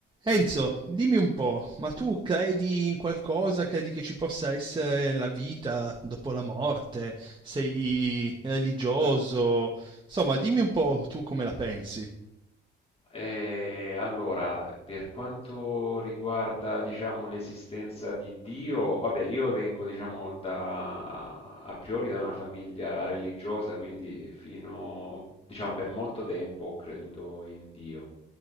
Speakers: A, on the right; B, on the left.
A: Enzo, dimmi un po', ma tu credi in qualcosa? Credi che ci possa essere la vita dopo la morte? Sei religioso? Insomma, dimmi un po' tu come la pensi.
B: Eh, allora, per quanto riguarda, diciamo, l'esistenza di Dio, vabbè, io vengo, diciamo, da, a priori da una famiglia religiosa, quindi fino, diciamo, per molto tempo ho creduto in Dio.